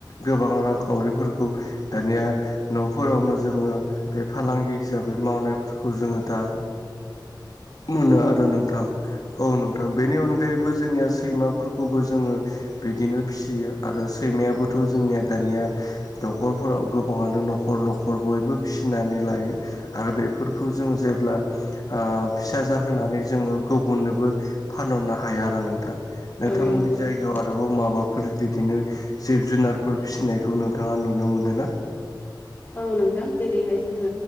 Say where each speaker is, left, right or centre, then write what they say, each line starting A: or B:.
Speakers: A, on the left; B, on the left.
A: गोबां रांखावरिफोरखौ दानिया, न'फोरावनो जोङो बे फालांगि हिसाबै मावनायफोरखौ जोङो दा मोनो आरो नोंथां औ नोंथां बेनि अनगायैबो जोंनिया सैमा, फोरखौबो जोङो बिदिनो फिसियो आरो सैमायाबोथ' जोंनिया दानिया न'खरफोराव गोबाङानो न'खर न'खर बयबो फिनानै लायो। आरो बेफोरखौ जों जेब्ला, ओ फिसा जाहोनानै जोङो गुबुननोबो फानहरनो हाया आरो नोंथां, नोंथांमोननि
B: औ नंगौ
A: जायगायाव
B: नोंथां
A: आर आरोबाव माबाफोर बिदिनो जिब जुनारफोर फिसिनायखौ नोंथांआ नुनो मोनो ना
B: औ नोंथां जेरैहाय जोङो